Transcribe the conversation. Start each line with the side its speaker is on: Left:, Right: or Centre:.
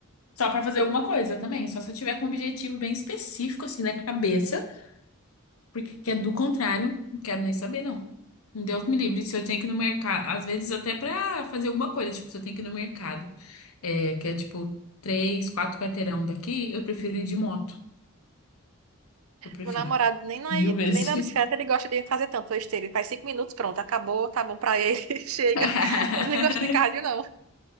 Left: Só pra fazer alguma coisa também, só se eu tiver com um objetivo bem específico assim na cabeça. Porque é do contrário, não quero nem saber, não. Um Deus me livre. Se eu tenho que ir no mercado, às vezes até pra fazer alguma coisa, tipo, se eu tenho que ir no mercado, é, que é tipo três, quatro quarteirão daqui, eu prefiro ir de moto. Eu prefiro.
Right: meu namorado nem na,
Left: Mil vezes.
Right: nem na bicicleta ele gosta de fazer tanto esteira. Ele faz cinco minutos, pronto, acabou, tá bom pra ele, <laughs> chega.
Left: <laughs>
Right: Ele não gosta de cardio, não.